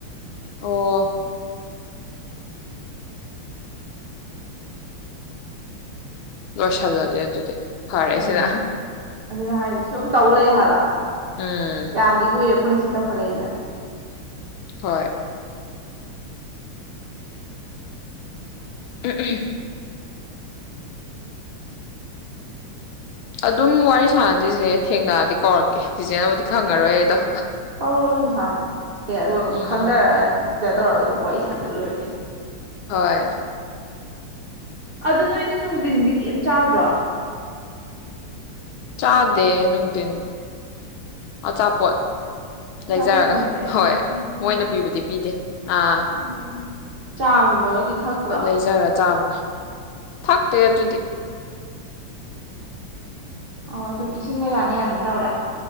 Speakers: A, on the left (about 75°); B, on the right (about 60°).
A: ꯑꯣ ꯂꯣꯏꯁꯟꯂꯁꯦ ꯑꯗꯨꯗꯤ ꯐꯔꯦꯁꯤꯗ
B: ꯎꯝ ꯑꯗꯨꯅ ꯍꯥꯏꯁꯦ ꯁꯨꯝ ꯇꯧ ꯂꯩ ꯍꯥꯏꯕ
A: ꯎꯝ
B: ꯌꯥꯝꯗꯤ ꯀꯨꯏꯔꯦ ꯑꯩꯈꯣꯏꯅ ꯁꯤ ꯇꯧꯈꯠꯂꯛꯏꯁꯦ
A: ꯍꯣꯏ <unintelligible> ꯑꯗꯨꯝ ꯋꯥꯔꯤ ꯁꯥꯟꯅꯁꯤꯁꯦ ꯊꯦꯡꯅꯔꯗꯤ ꯀꯧꯔꯛꯀꯦ ꯆꯆꯦꯅꯕꯨꯗꯤ ꯈꯪꯉꯔꯣꯏ ꯑꯩꯗꯣ
B: ꯍꯧꯔꯣ ꯑꯗꯨꯝ ꯁꯥꯁꯦ ꯑꯦ ꯑꯗꯣ
A: ꯎꯝ
B: ꯈꯪꯅꯔꯑꯗꯤ ꯀꯩꯅꯣ ꯇꯧꯔꯒ ꯑꯗꯨꯝ ꯋꯥꯔꯤ ꯁꯥꯟꯇ ꯂꯣꯏꯔꯤꯒꯩꯅꯤ
A: ꯍꯣꯏ
B: ꯑꯗꯨ ꯅꯣꯏꯗꯤ ꯅꯨꯡꯊꯤꯟꯗꯤ ꯀꯔꯤꯝ ꯆꯥꯗ꯭ꯔꯣ
A: ꯆꯥꯗꯦ ꯅꯨꯡꯊꯤꯟ ꯑꯆꯥꯄꯣꯠ ꯂꯩꯖꯔꯒ
B: ꯑꯆꯥꯄꯣꯠꯀꯨꯝꯕꯗꯤ
A: ꯍꯣꯏ
B: ꯎꯝ
A: ꯃꯣꯏꯅ ꯄꯤꯕꯨꯗꯤ ꯄꯤꯗꯦ ꯑꯥ
B: ꯎꯝ ꯆꯥꯒꯨꯝꯕꯒꯗꯤ ꯊꯛꯇ꯭ꯔꯣ
A: ꯍꯣꯏ ꯂꯩꯖꯔ ꯆꯥꯕꯅ ꯐꯇꯦ ꯑꯗꯨꯗꯤ
B: ꯑꯣ ꯑꯗꯨꯝ ꯏꯁꯤꯡꯒ ꯌꯥꯅ ꯌꯥꯅꯕ ꯇꯧꯔꯦ